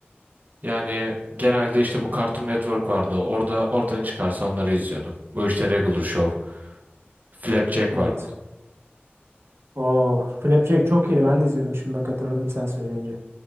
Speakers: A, on the right; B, on the right.
A: yani genelde işte bu Cartoon Network vardı. Orada oradan çıkarsa onları izliyordum. Bu işte Regular Show, Flapjack
B: evet.
A: vardı.
B: Oo, Flapjack çok iyiydi. Ben de izliyordum. Şimdi bak hatırladım sen söyleyince.